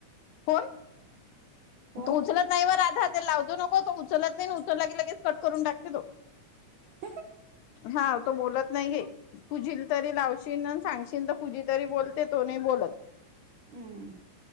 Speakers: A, on the left (about 75°); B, on the right (about 65°).
A: कोण
B: फोन
A: तू उचलत नाही राधा ते लावजू नको तो उचलत नाही लगे लगेच कट करून टाकते तो
B: <unintelligible>
A: हा तो बोलत नाही घे कुझी तरी लावशील सांगशील तर पुजी तरी बोलते तो नाही बोलत
B: हम्म